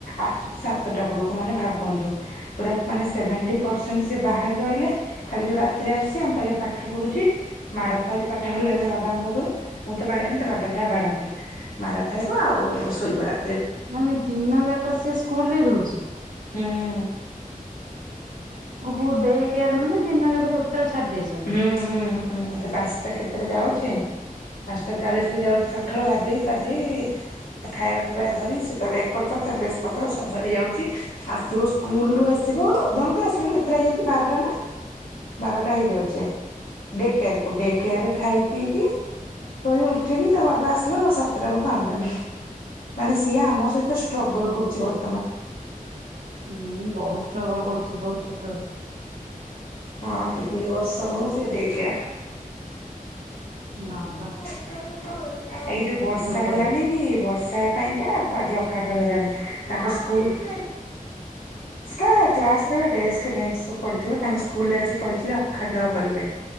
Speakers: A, on the left; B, on the right.
A: ଆସ ସାତଟା ବେଳ ମାନେ ଭାବନ୍ତୁ ମାନେ ପୁରା ସେବେଣ୍ଟି ପରସେଣ୍ଟ ସେ ବାହାରେ ରହିଲେ ଖାଲି ଯଉ ରାତିରେ ଆସୁଛି ଆମ ପାଖରେ ପାଠ ପଢ଼ୁଛି। ମାଡ ଖାଉଛି ପାଠ ପଢିଲା ବେଳେ ତା ବାବାଙ୍କ ପାଖରୁ ମୁଁ ତ ବାଡେନି ତା ବା ପା ଜା ବାଢାନ୍ତି ମାଡ଼ ଖାଇବ ଆଉ ଶୋଇବ ରାତି।
B: ମାନେ ଦିନ ଯାକ ସେ ସ୍କୁଲ ରେ ରହୁଛି?
A: ହୁଁ।
B: ଓ ହୁ ଡେ କେୟାର ମାନେ ଦିନ ଜାକ ଟୁଟ ଟାଲ ଚାଡ଼ିଦେଇଛ।
A: ହୁଁ ହୁଁ ହୁଁ ସେ ପାଞ୍ଚଟା କେତେରେ ଯାଉଛି। ପାଞ୍ଚଟା ଚାଳିଶ ରେ ଯାଉଛି ସକାଳୁ ଗାଧୋଇ ପାଧୋଇ ତା ଖାଇବା ଧରି ସେ ତାର ବ୍ୟାଗ୍ ପତ୍ର ତାର ଡ୍ରେସ ପତ୍ର ସବୁ ଧରିଯାଉଛି। ଆସିବ ସ୍କୁଲ ରୁ ଆସିବ ଧନ ତୁ ଆସିଲାଡୁ କେତେଟା ହେଇଯାଉଛି ବାରଟା ନା? ବାରଟା ହେଇଯାଉଛି। ଡେ କେଆର କୁ ଡେ କେଆରେ ଖାଇ ପିଇକି ଶୋଇ ଉଠିକି ତା ବାବା ଆସିଲା ବେଳୁ ସାତଟା ବେଳକୁ ଆଣୁଛନ୍ତି। ମାନେ ସିଏ ଆମ ସହିତ ଷ୍ଟ୍ରଗଲ୍ କରୁଛି ବର୍ତ୍ତ
B: ହୁଁ ବହୁତ ଷ୍ଟ୍ରଗଲ କରୁଛି ବହୁତ ଛୋଟ ରୁ।
A: ହଁ ଦି ବର୍ଷ ବେଳୁ ସେ ଡେ କେଆର।
B: ବା ବା।
A: ଏଇ ଯୋଉ ବର୍ଷା
B: ପଡିବ
A: ହେଲାନି କି ବର୍ଷା ପାଇଁକା ଆଜି <unintelligible> ହେଲାଣି ତାଙ୍କ ସ୍କୁଲ
B: <inaudible>
A: ସ୍କା କ୍ଲାସ ରେ ପା ଡେସ୍କ ବେଞ୍ଚ ସବୁ ପଡିଥିବ ତାଙ୍କ ସ୍କୁଲରେ ଆଜି କହିଥିଲେ ଅଖା ଖେଳ କରିବେ।